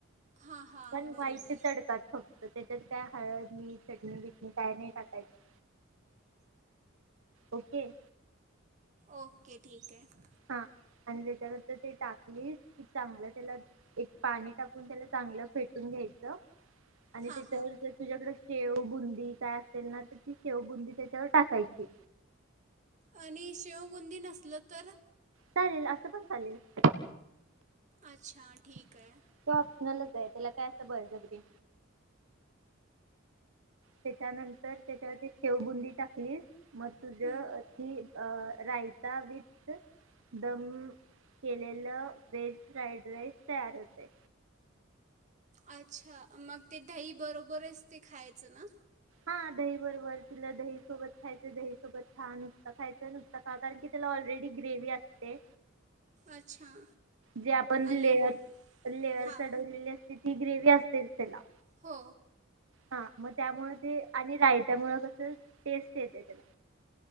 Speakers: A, on the right (about 35°); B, on the right (about 90°).
A: हां हां
B: पण
A: बरोबर
B: वाईच तडका फक्त त्याच्यात काय हळद मीठ चटणी बिटणी काय नाही टाकायची ओके
A: ओके ठीक आहे
B: हा आणि त्याच्यानंतर ते टाकली की चांगलं त्याला एक पाणी टाकून त्याला चांगलं फेटून घ्यायचं आणि
A: हां
B: त्याच्यावर
A: हां
B: तर तुझ्याकडे शेव बुंदी काय असेल ना ती शेवबुंदी त्याच्यावर टाकायची
A: आणि शेवगुंदी नसल तर?
B: चालेल असं पण चालेल.
A: अच्छा ठीक
B: तो
A: आहे
B: आपल्याला जायच त्याला काय असं बळजबरी त्याच्यानंतर त्याच्यावरती शेवबुंदी टाकलीस मग तुझ
A: हं.
B: ती रायता विथ दम केलेलं वेज फ्राईड राईस तयार होते
A: अच्छा मग ते दही बरोबर असते खायचं ना
B: हा दही बरोबर तुला दही सोबत खायचं दही सोबत खा नुसत खायचं नुसत खा कारण की तला ऑलरेडी ग्रेवी असते
A: अच्छा
B: जे आपण
A: आणि
B: लेअर लेअर
A: हां
B: चढवलेले ति ग्रेवी असतेच त्यात
A: हो
B: हा मग त्यामुळे आणि रायत्यामुळ कस टेस्ट येते त्याला